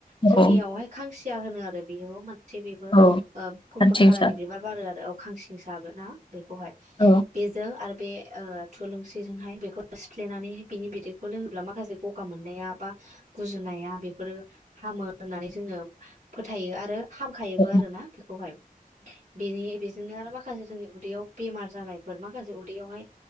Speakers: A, on the right; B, on the left.
A: जोंनिआवहाय
B: औ
A: खांसिआ होनो आरो बेयाव मा थिक बेबो
B: औ
A: ओ गुफुर
B: खानसिंसा
A: खालारनि बिबार बारो आरो औ खांसिंसा आबो ना बेखौहाय
B: औ
A: बेजों आरो बे ओ थुलुंसिजोंहाय बेखौ सिफ्लेनानै बिनि बिदैखौ लोङोब्ला माखासे ग'गा मोननायाबा गुजुनाया बेफोरो हामो होननानै जोङो फोथायो आरो हामखायोबो
B: औ
A: आरो ना बेखौहाय बेनि बेजोंनो आरो माखासे जोंनि उदैआव बेमार जानायफोर माखासे उदैयावहाय